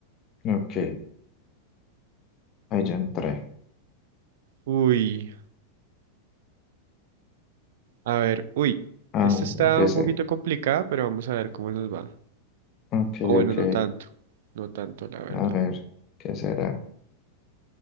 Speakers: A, on the left (about 35°); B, on the right (about 55°).
A: Ok, ahí ya entré.
B: Uy, a ver, uy.
A: Ah,
B: Esta está
A: ya empecé.
B: un poquito complicada, pero vamos a ver cómo nos va.
A: Ok,
B: O bueno,
A: ok.
B: no tanto, no tanto, la verdad.
A: A ver, ¿qué será?